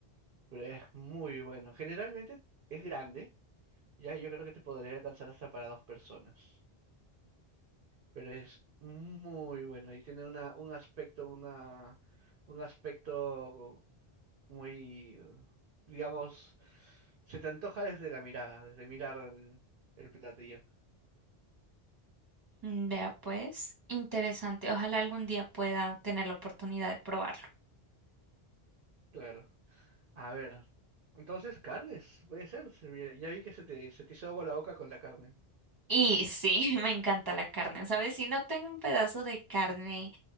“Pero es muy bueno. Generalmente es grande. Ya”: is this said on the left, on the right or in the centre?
Right